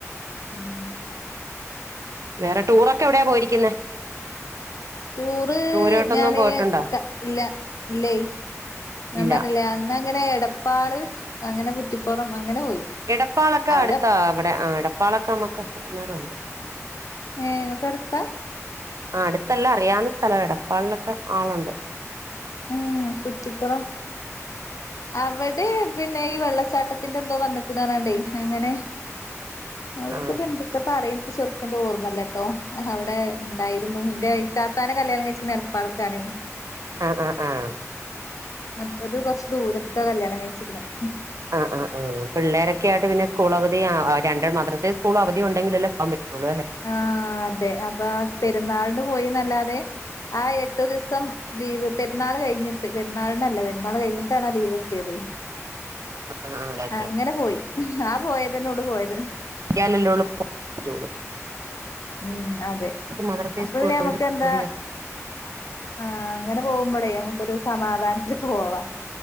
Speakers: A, on the left (about 80°); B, on the right (about 75°).
A: ഉം
B: വേറെ ടൂറൊക്കെ എവ്ടെ പോയിരിക്കുന്നെ?
A: ടൂറ്
B: ദൂരോട്ടൊന്നും
A: ഞാന്
B: പോയിട്ടുണ്ടോ
A: ക ഇല്ല ഇല്ലെയ് ഞാം
B: ഇല്ല
A: പർണിലെ അന്ന് അങ്ങനെ എടപ്പാൾ അങ്ങനെ കുറ്റിപ്പുറം അങ്ങനെ പോയി
B: എടപ്പാളൊക്കെ
A: അവിടെ
B: അടുത്താ അവ്ടെ ആഹ് എടപ്പാളൊക്കെ അമ്മക്ക് അറിയുന്നോരും ഉണ്ട്
A: ഏഹ് ഇങ്ങെക്ക് എട്ത്താ?
B: ആഹ് അട്ത്ത് അല്ല അറിയാവുന്ന സ്ഥലാ എടപ്പാളിലൊക്കെ ആളു ഉണ്ട്.
A: ഏഹ് കുറ്റിപ്പുറം അവ്ടിം പിന്നെ ഈ വെള്ളച്ചാട്ടത്തിന്റെ എന്തോ വന്ന്ക്ക്ണ് പർൺകാണ്ടെയ് അങ്ങനെ അവ്ട്ക്ക്
B: ആ
A: ഇപ്പം എന്ത്ത്താ പറിയാ ഇൻക്ക് ചൊ ക്ക് ആണ്ട് ഓർമ്മ ഇല്ലട്ടോ അവ്ടെ ഇണ്ടായിരുന്നു ഇന്റെ ഇത്താത്താനെ കല്യാണം കഴിച്ച്ക്ണെ എടപ്പാൾക്കാണെയ്
B: ആഹ് ആഹ് ആഹ്
A: അട്ത്തത് കൊർച്ച് ദൂരത്ത്ക്കാ കല്യാണം കഴിച്ച്ക്ക്ണെയ്
B: ആഹ് ആഹ് ആഹ് പിള്ളേരൊക്കെയായിട്ട് പിന്നെ സ്കൂൾ അവ ധി ആഹ് രണ്ട് മദ്രസെം സ്കൂളും അവധിയുണ്ടെങ്കിൽ അല്ലെ പോവാം പറ്റു ഒള്ളു അല്ലെ?
A: ആഹ് അതെ അപ്പ ആഹ് പെര്ന്നാളിന് പോയിന്ന് അല്ലാതെ ആ എട്ട് ദിവ്സം ലീവ് പെരുന്നാൾ കഴിഞ്ഞ്ട്ട് പെരുന്നാളിന് അല്ല പെരുന്നാൾ കഴിഞ്ഞിട്ടാണ് ആ ലീവ് കട്ടിയെതെയ്
B: ആ
A: അങ്ങനെ പോയി ആ പോയതെന്നെ ഒള്ളു പോയത്.
B: ട്ടിയാൽ അല്ലെ ഒള്ളു പോ മരോള്
A: ഉം അതെ
B: മദ്രസ
A: അപ്പൊ
B: സ്കൂൾ
A: പിന്നെ ഞമ്മക്ക് എന്താ
B: അവധിയ
A: ആഹ് അങ്ങനെ പോകുമ്പളേ നമ്മക്കൊരു സമാധാനത്തില് പോവാ